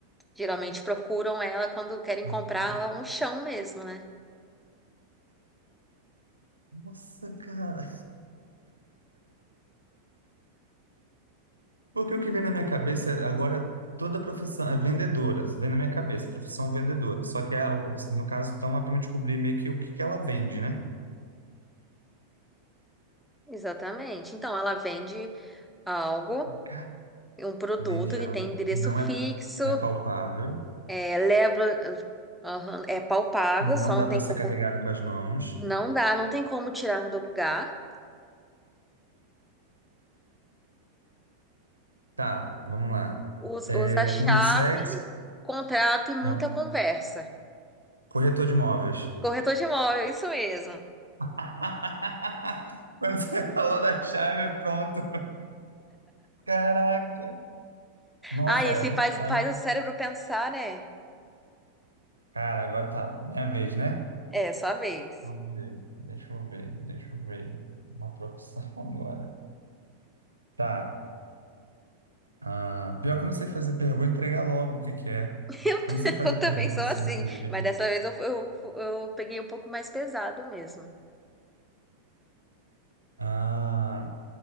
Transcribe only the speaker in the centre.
Geralmente procuram ela quando querem
comprar um chão mesmo, né?
Exatamente. Então, ela vende algo,
um produto
que
tem endereço
fixo.
É, leva, aham, é palpável,
só
não
tem
como,
não dá, não tem como tirar do lugar.
Usa,
usa a chave,
contrato e muita
conversa.
Corretor de imóvel, isso mesmo.
Ah, esse
faz,
faz o cérebro pensar, né?
É, sua vez.
<laughs> Eu, t-
eu também
sou
assim,
mas dessa vez eu, eu, eu peguei um pouco mais pesado mesmo.